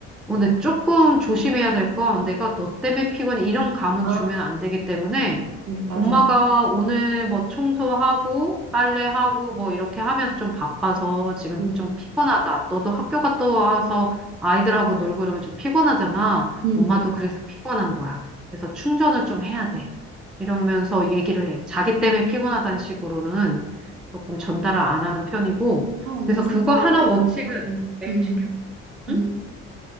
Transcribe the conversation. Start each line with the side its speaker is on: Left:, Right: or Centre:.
Centre: 근데 조금 조심해야 될 건 내가 너 때문에 피곤해 이런 감은
Right: 아,
Centre: 주면 안 되기 때문에
Right: 네, 맞아.
Centre: 엄마가 오늘 뭐 청소하고 빨래하고 뭐 이렇게 하면서 좀 바빠서 지금
Right: 음,
Centre: 좀 피곤하다. 너도 학교 갔다 와서 아이들하고 놀고 이러면 좀 피곤하잖아.
Right: 음.
Centre: 엄마도 그래서 피곤한 거야. 그래서 충전을 좀 해야 돼. 이러면서 얘기를 해. 자기 때문에 피곤하다는 식으로는 조금 전달을 안 하는 편이고.
Right: 아, 언니
Centre: 그래서
Right: 진짜.
Centre: 그거 하나 원칙은
Right: 어,
Centre: 매일
Right: 음,
Centre: 지켜.
Right: 음.
Centre: 응?